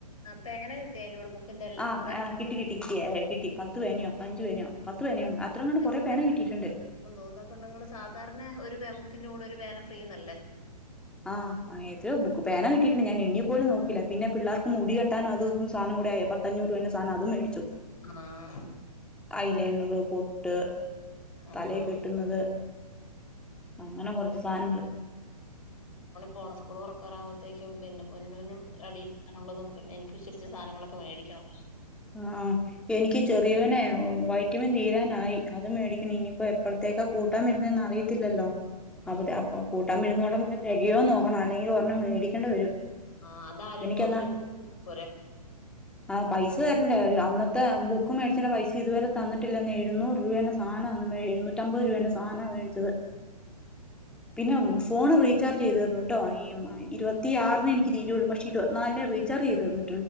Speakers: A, on the left; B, in the centre.
A: ആ പേന കിട്ടിയതിന്റെകൂടെ ബുക്കിന്റെല്ല
B: ആ
A: കൂടെ
B: കിട്ടി കിട്ടി കിട്ടി കിട്ടി പത്ത് പേനയോ പതിനഞ്ച് പേനയോ പത്ത് പേനയോ അത്രങ്ങാണ്ട്
A: <unintelligible>
B: കൊറെ പേന കിട്ടിയിട്ടുണ്ട്
A: തോന്നപെണ്ണുങ്ങള് സാധാരണ ഒരു പേ ബുക്കിന്റെ കൂടെ ഒരു പേന ഫ്രീ നല്ലേ
B: ആഹ് അനിയത്ബുക്ക്‌പേന കിട്ടിട്ടുണ്ട് ഞാൻ എണ്ണ്യേപോലും നോക്കില്ല പിന്ന പിള്ളേർക്ക് മുടി കെട്ടാനും അതുമിതും സാനം കൂടെ ആയി പത്ത് അഞ്ഞൂറ് രൂപേന്റെ സാനം അതും മേടിച്ചു
A: ആഹ്
B: ഐലേനെർ പൊട്ട് ട്ട്
A: ആഹ്
B: തലേ കെട്ടുന്നത് അങ്ങനെ കൊറച്ച് സാനങ്ങള്
A: പോണ സ്കൂള് തൊറക്കാറുമ്പോത്തേക്കും പിന്നെ പൊന്നുനും അടിയിരിക്കാനുള്ളതും പിന്നെ എനിക്കു <unintelligible> ശ്വച്ച സാനങ്ങളൊക്കെ മേടിക്കണം
B: ആഹ് എനിക്ക് ചെറിയോനെ വൈറ്റമിൻ തീരാനായി അത് മേടിക്കണം ഇനിയിപ്പോ എപ്പളത്തേക്ക കൂട്ടാൻ വരുന്നെന്നറിയി ത്തില്ലല്ലോ അവിടെ
A: ആഹ്
B: അപ്പൊ കൂട്ടാൻ വരുന്നോടം <unintelligible> തിക യോ നോക്കണം അല്ലെങ്കിൽ ഒരെണ്ണം മേടിക്കേണ്ടി വരും
A: ആഹ് അതാരേലും
B: എനിക്കെന്നാ
A: പോകുന്നുണ്ടെ പോരെ
B: ആ ആ പായിസ് അത് തരണ്ടേ അന്നത്തെ ബുക്ക് മേടിച്ചൻ്റെ പൈസ ഇതുവരെ തന്നിട്ടില്ലന്നേ എഴുന്നൂറ് രൂപന്റെ സാനമന്ന് മേട് മുന്നൂറ്റമ്പത് രൂപന്റെ സാനാ മേടിച്ചത് പിന്നെ ഫോൺ റീ ചാർജ് ചെയ്ത് തന്നോ ട്ടോ ഇ എം ഐ ഇരുപത്തി ആറ് അന്നേ എനിക്ക് തീരുള്ളൂ പക്ഷേഇരുപത്തിനാലിനു റീചാർജ് ചെയ്ത് തന്ന്